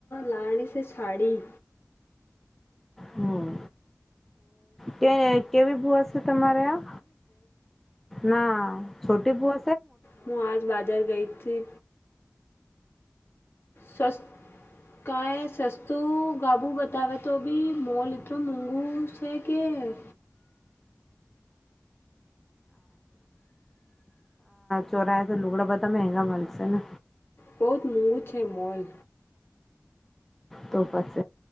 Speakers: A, on the left; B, in the centre.
A: લાણી સ શાડી
B: હમ કે કેવી ભૂઆ શે તમારે આ ના છોટી ભુ
A: હું આજ બાજાર ગઈ હતી સ્સ્ કાઈ સસ્તું ગાબુ બતાવે તો બી મોલ એટલો મોંઘું છે કે <inaudible>
B: ચોરાય તો લુગડા બધા મગા મળશે ને
A: બહુત મૂઘુ છે મોૉલ.
B: તો પછ